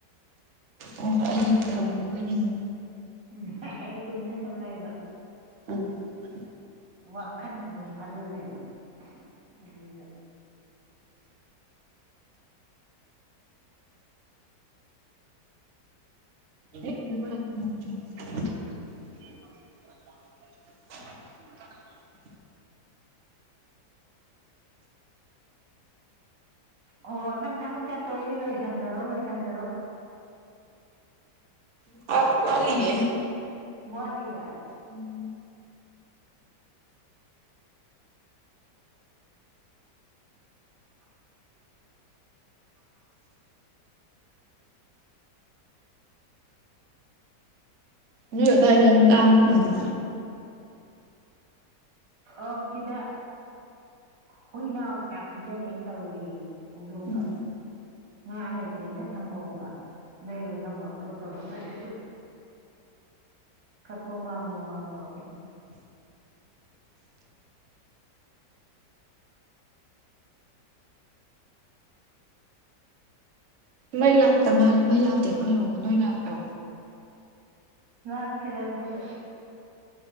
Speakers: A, on the right; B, on the right.
A: ꯑꯣ ꯑꯩꯗꯤ ꯊꯝꯈꯔꯕꯣꯏꯅꯤꯡꯉꯤ
B: ꯎꯝ ꯍꯣꯏ ꯑꯩ ꯇꯨꯃꯤꯅꯥ ꯁꯨꯝ ꯂꯩꯕ
A: ꯑꯣ <unintelligible>
B: ꯋꯥꯈꯜ ꯑꯃ ꯁꯨꯝ ꯈꯜꯂ ꯂꯩꯕ ꯑꯗꯨꯗ
A: <unintelligible> <unintelligible> <unintelligible>
B: ꯑꯣ ꯅꯪ ꯊꯕꯛ ꯆꯠꯇꯣꯏꯗꯤ ꯂꯣꯏꯁꯟꯖꯔꯣ ꯂꯣꯏꯁꯟꯖꯔꯣ
A: <unintelligible> ꯋꯥꯠꯂꯤꯌꯦ
B: ꯋꯥꯠꯂꯤꯌꯦ
A: ꯎꯝ ꯅꯣꯏ ꯑꯋꯥꯏꯗ ꯌꯥꯝ ꯂꯥꯡꯕ ꯃꯥꯜꯂꯤ
B: ꯑꯥꯎ ꯁꯤꯗ ꯍꯨꯏꯅꯥꯎ ꯆꯥꯛ ꯄꯤꯖꯟꯦꯅ ꯇꯧꯔꯤ ꯍꯧꯗꯣꯡꯒ
A: ꯎꯝ
B: ꯉꯥ ꯂꯩꯇ꯭ꯔꯦꯅ ꯁꯪꯒꯣꯝꯒ ꯂꯩꯔꯨꯔ ꯁꯪꯒꯣꯝ ꯇꯣꯠꯇꯧ ꯍꯣꯠꯅꯔꯤ ꯈꯔ ꯀꯣꯡ ꯒꯥꯡ ꯀꯣꯡ ꯒꯥꯡ ꯇꯧꯔꯝꯅꯤ
A: ꯃꯩ ꯂꯥꯛꯇ ꯃꯥꯜꯂꯦ ꯃꯩ ꯂꯥꯛꯇꯦ ꯈꯣꯏꯔꯣꯝꯒꯤ ꯅꯣꯏ ꯂꯥꯛꯇꯣ
B: ꯂꯥꯛꯇꯦꯗ ꯑꯩꯈꯣꯏꯁꯨ